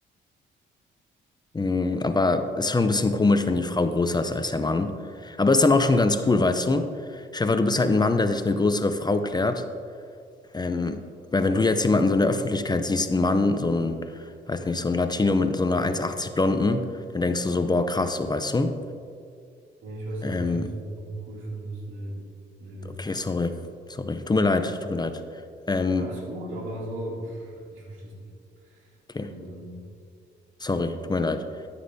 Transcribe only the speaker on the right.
Nee, ich weiß
jetzt nicht, was du so cool findest. Nee, nee, nee.
Alles gut, aber so, pff, ich verstehe es nicht.
Also, ähm,